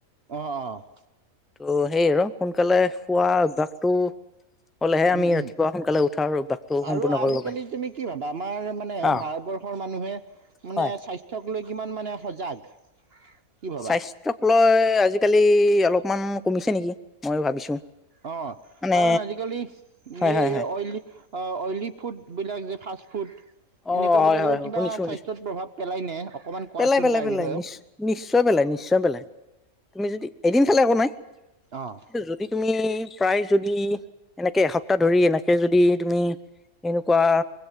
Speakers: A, on the right (about 50°); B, in the centre.
A: অ', অ'।
B: অঁ' সেই আৰু সোনকালে শুৱা অভ্যাসটো। হ'লেহে আমি
A: উম, উম।
B: ৰাতিপুৱা সোনকালে উঠাৰ আৰু অভ্যাসটো সম্পূৰ্ণ
A: আৰু আজিকালি
B: কৰিব পাৰিম।
A: তুমি কি ভাবা? আমাৰ মানে
B: অ',
A: ভাৰতবৰ্ষৰ মানুহে মানে
B: হয়।
A: স্বাস্থ্যক। কলৈ, কিমান মানে সজাগ। কি ভাবা?
B: স্বাস্থ্যক লৈ আজিকালি অলপ। অকনমান কমিছে নেকি। মই ভাবিছোঁ।
A: অঁ'
B: মানে
A: কাৰণ আজিকালি এই'
B: হয়, হয়, হয়।
A: অইলি। অইলী ফুডবিলাক যে ফাষ্ট ফুড
B: অঁ
A: এনেকুৱা
B: হয়
A: বিলাকেও
B: হয় হয়
A: কিবা
B: শুনিছো শুনিছো
A: স্বাস্থ্যত প্ৰভাৱ পেলাই নে অকমান কোৱাচোন
B: পেলাই পেলাই
A: তাৰ
B: পেলাই
A: বিষয়েও।
B: নি নিশ্চয় পেলাই নিশ্চয় পেলাই তুমি যদি এদিন খালে এককো নাই
A: অ',
B: এ যদি তুমি প্ৰায় যদি এনেকে এসপ্তাহ ধৰি এনেকে যদি তুমি এনেকুৱা